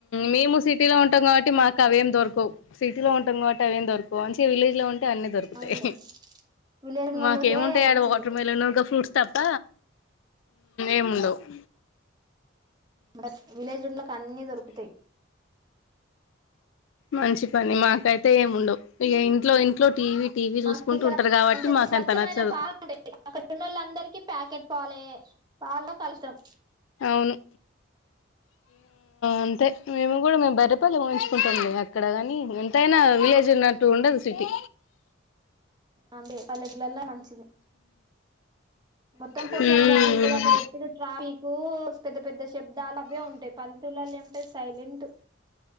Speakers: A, on the left (about 75°); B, on the right (about 20°).
A: మేము సిటీలో ఉంటాం కాబట్టి మాకు
B: వస్తాయి
A: అవేం దొరకు సిటీలో ఉంటాం కాబట్టి అవేం దొరకు వంచి విలేజ్ లో ఉంటే అన్ని దొరుకుతాయి
B: అవునులే విలేజ్ ఉన్నోళ్ళకే
A: మాకేముంటాయి
B: మంచిది
A: ఆడ వాటర్ మెలన్ ఇకా ఫ్రూట్స్ తప్ప ఏముండవు <inaudible>
B: బట్ విలేజ్లో ఉన్న వాళ్ళకి అన్నీ దొరుకుతాయి
A: మంచి పని మాకైతే ఏముండవు ఇగా ఇంట్లో ఇంట్లో టీవీ టీవీ
B: మాకు
A: చూసుకుంటూ
B: ఇక్కడ
A: ఉంటారు కాబట్టి
B: మంచి
A: మాకు
B: స్వచ్ఛమైన
A: అంత నచ్చదు
B: పాలు ఉంటాయి అక్కడ ఉన్నోళ్లకి అందరికి ప్యాకెట్ పాలే పాల్లో కలుషితం
A: అవును అంతే మేము కూడా మే బ బర్రె పాలే తెచ్చుకుంటాం అక్కడగాని ఎంతైనా విలేజ్ లో ఉన్నట్టు ఉండదు సిటీ
B: అదే పల్లెటూర్లల మంచిది మొత్తం పొల్యూషన్
A: హ్మ్
B: గాలి ఉంటది అక్కడ ఎప్పుడు ట్రాఫిక్ పెద్ద పెద్ద శబ్దాలు అవే ఉంటాయి పల్లెటూర్లల్ల ఏముంటాయి సైలెంట్